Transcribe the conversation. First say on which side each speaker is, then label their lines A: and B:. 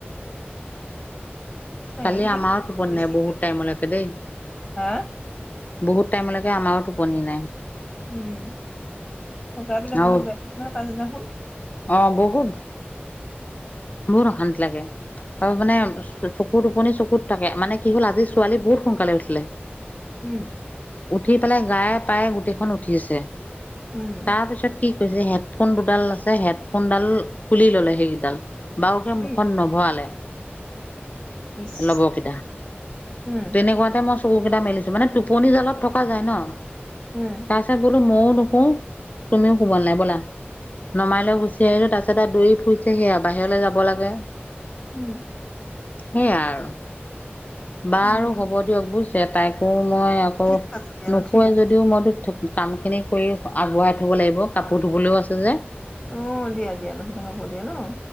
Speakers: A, on the left; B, on the left.
A: নাই
B: কালি
A: এইকেইদিন
B: আমাৰো টোপনি
A: বেছি
B: নাই বহুত টাইমলৈক দেই।
A: হা
B: বহুত টাইমলৈকে আমাৰো টোপনি নাই।
A: উম শুক বিিলাক
B: আৰু
A: বহুত বেয়া নহয় পাছদিনাখনোন <unintelligible>
B: অ বহুত বহুত অশান্তি লাগে। আৰু মানে চকু টোপনি চকুত থাকে মানে কি হ'ল আজি ছোৱালী বহুত সোনকালে উঠিলে।
A: উম
B: উঠি পেলাই গায়ে প্ৰায়ে গোটেইখন উঠিছে।
A: উম
B: তাৰপিছত কি কৈছে হেডফোন দুডাল আছে হেডফোনডাল খুলি ললে সেইকেইডাল বাৰু হে মুখখন
A: উম
B: নভৰালেে
A: ইচ
B: লবকেইটা
A: উম
B: তেনেকুৱাতে মই চকু কেইটা মেলিছো মানে টোপনি জালত থকা যায় ন
A: উম
B: তাৰ পিছত বোলো মইও মই ও নোহো তুমি ও শুব নালাগে বলা নমাই লৈও গুচি আহিলো তাৰ পিছত আৰু দৰি ফুৰিছে সেয়া বাহিৰলৈ যাব লাগে
A: উম।
B: সেইয়া আৰু বাৰু
A: উম
B: হ'ব দিয়ক বুজিছে তাই কো মই আকৌ
A: ঠিক আছে দিয়া ন,
B: নুশোৱেই
A: ঠিক আছে
B: যদিও মইতো কাম খিনি কৰি আগুৱাই ব লাগিব, কাপোৰ ধুবলৈও আছে যে।
A: অ দিয়া দিয়া নহ'লে হ'ব দিয়া ন